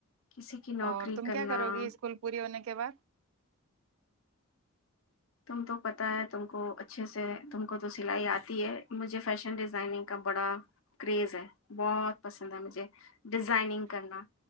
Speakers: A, on the left; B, on the right.
A: کسی کی نوکری
B: اور تم
A: کرنا
B: کیا کرو گی اسکول پوری ہونے کے کے بد
A: تم تو پتہ ہے تم کو اچھے سے تم کو تو سلائی آتی ہے مجھے فیشن ڈیزائننگ کا بڑا کریز ہے بہت پسند ہے مجھے ڈیزائننگ کرنا